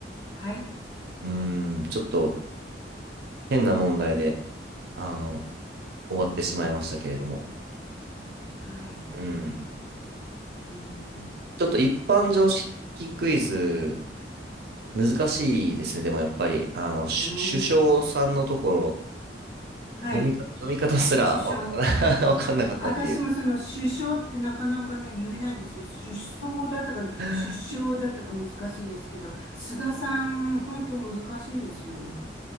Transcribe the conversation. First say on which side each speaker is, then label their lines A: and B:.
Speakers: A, on the left; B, on the right.
A: はい。
B: うーん、ちょっと変な問題で、あの、終わってしまいましたけれども。
A: はい。
B: うん。
A: うーん。
B: ちょっと一般常識クイズ、難しいですね。でもやっぱり、あの、し首相さんのところ、
A: うーん。はい。
B: 読みか、読み方すらわからな、
A: 首相。
B: <laughs> わかんなかったっていう。
A: 私もその首相ってなかなかね、言えないんですよ。首相だったかね、
B: <laughs>
A: 首相だったか難しいですけど、菅さん、本当難しいですよね。